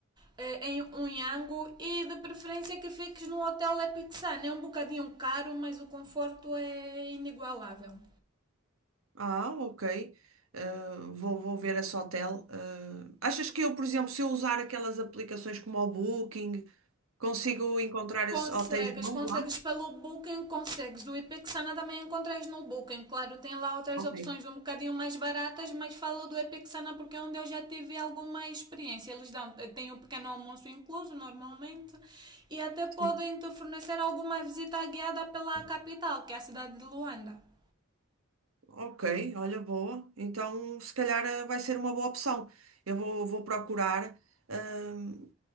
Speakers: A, on the right; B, on the right.
A: eh, em um Yango e de preferência que fiques no Hotel Epic Sun. É um bocadinho caro, mas o conforto é inigualável.
B: Ah, ok. Uh, vou, vou ver esse hotel. Uh, achas que eu, por exemplo, se eu usar aquelas aplicações como o Booking, consigo encontrar
A: Consegues,
B: esses hotéis bons
A: consegues
B: lá?
A: pelo Booking, consegues. O Epixana também encontras no Booking. Claro, tem lá outras
B: Ok.
A: opções um bocadinho mais baratas, mas falo do Epixana porque é onde eu já tive alguma experiência. Eles dão, têm um pequeno almoço incluso normalmente e até podem
B: Sim.
A: te fornecer alguma visita guiada pela capital, que é a cidade de Luanda.
B: Ok, olha, boa. Então, se calhar eh, vai ser uma boa opção. Eu vou, vou procurar. Ahm,